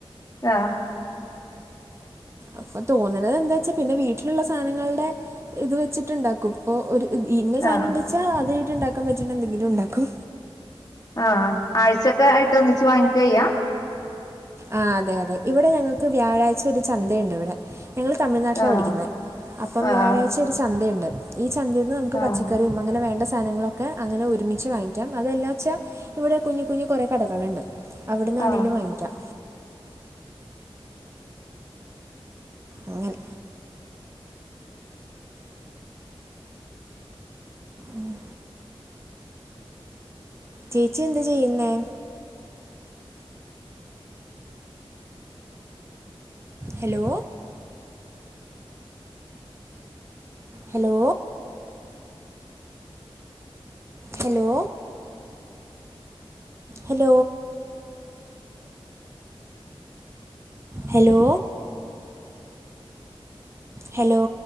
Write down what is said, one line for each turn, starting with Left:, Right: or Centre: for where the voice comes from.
Left: ആഹ്
Right: അപ്പൊ തോന്നണത് എന്താച്ചാ പിന്നെ വീട്ടിലുള്ള സാധനങ്ങളുടെ ഇത് വെച്ചിട്ടുണ്ടാക്കും ഇപ്പൊ ഒരു വീട്ടില് സാധനം
Left: ആഹ്
Right: ണ്ട്ച്ചാ അത് ആയിട്ടുണ്ടാക്കാൻ പറ്റണ എന്തെങ്കിലും ഉണ്ടാക്കും
Left: ആഹ് ആഴ്ചക്ക ആയിട്ട് ഒന്നിച്ച് വാങ്ങിക്കയ്യാ
Right: ആഹ് അതെ അതെ ഇവിടെ ഞങ്ങൾക്ക് വ്യാഴാഴ്ച ഒരു ചന്തയുണ്ട് ഇവിടെ ഞങ്ങൾ തമിഴ്നാട്ടിലാ
Left: ആഹ്
Right: പഠിക്കുന്നേ അപ്പം
Left: ആഹ്
Right: വ്യാഴായ്ച ഒരു ചന്തേണ്ട് ഈ ചന്തേന്ന് നമുക്ക്
Left: ആഹ്
Right: പച്ചക്കറി അങ്ങനെ വേണ്ട സാധനങ്ങളൊക്കെ അങ്ങനെ ഒരുമിച്ച് വാങ്ങിക്കാം അതല്ലാച്ചാൽ ഇവിടെ കുഞ്ഞ് കുഞ്ഞ് കുറേ കടകളുണ്ട് അവിടുന്നാണെലും
Left: ആഹ്
Right: വാങ്ങിക്കാം അങ്ങനെ മ്മ് മ്മ് ചേച്ചി എന്താ ചെയ്യന്നെ? Hello! Hello! Hello! Hello! Hello! Hello!